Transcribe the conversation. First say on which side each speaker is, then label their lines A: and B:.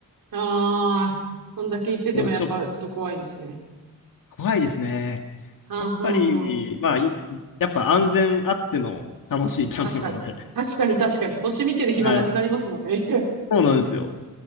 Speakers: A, on the right (about 80°); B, on the left (about 70°).
A: ん。ああ、そんだけ言っててもやっぱちょっと怖いですね。
B: ちょっと怖いですね。
A: はん、
B: やっぱり、
A: はん、はん。
B: まあ、いやっぱ安全あっての楽しいキャンプなので。
A: 確かに。確かに、確かに。星見てる暇なくなりますもんね。
B: はい。
A: <laughs>
B: そうなんですよ。